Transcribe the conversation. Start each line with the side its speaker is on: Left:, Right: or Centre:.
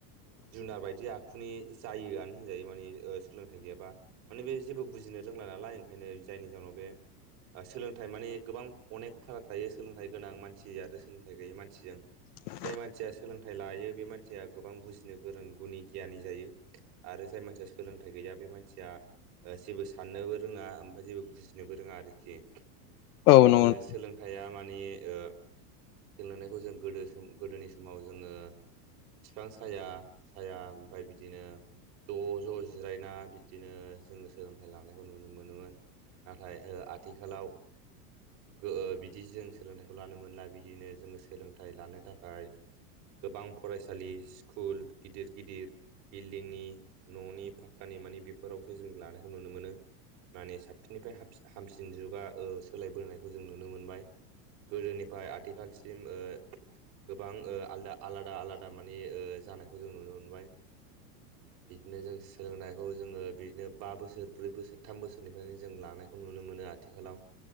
Right: जुनार बायदि आखुनि जायोआनो होनजायो माने ओ सोलोंथाइ गैयाबा। माने बे जेबो बुजिनो रोंला नालाय ओंखायनो जायनि जाहोनाव बे सोलोंथाइ माने गोबां अनेक फाराग थायो सोलोंथाइ गोनां मानसि आरो सोलोंथाइ गैयै मानसिजों।
Left: <inaudible>
Right: जाय मानसिया सोलोंथाइ लायो बे मान सिया गोबां बुजिनो गोरों गुनि गियानि जायो आरो जाय मानसिया सोलोंथाइ गैया बे मानसिया ओ जेबो साननोबो रोङा ओमफ्राय जेबो बुजिनोबो रोङा आरोखि
Left: औ
Right: बिदिनो
Left: नंगौ
Right: सोलों थाया मानि ओ जों नुनायखौ जों गोदो सम गोदोनि समाव जोङो फिफां साया साया ओमफाय बिदिनो ज' ज' जिरायना बिदिनो जोङो सोलोंथाइ लानायखौ नुनो मोनोमोन नाथाय ओ आथिखालाव गो बिदि जों सोलोंथाइखौ लानो मोनला बिदिनो जों सोलोंथाइ लानो थाखाय गोबां फरायसालि स्कुल गिदिर गिदिर बिल्डिंनि न'नि फाक्कानि मानि बेफोरावसो जों लानायखौ नुनो मोनो। माने साबसिननिफ्राय हाब हामसिन जुगा ओ सोलायबोनायखौ जों नुनो मोनबाय। गोदोनिफ्राय आथिखालसिम ओ गोबां ओ आलदा आलादा आलादा माने ओ जानायखौ जों नुनो मोनबाय। बिदिनो जों सोलोंनायखौ जोङो बिदिनो बा बोसोर ब्रै बोसोर थाम बोसोरनिफ्रायनो जों लानायखौ नुनो मोनो आथिखालाव।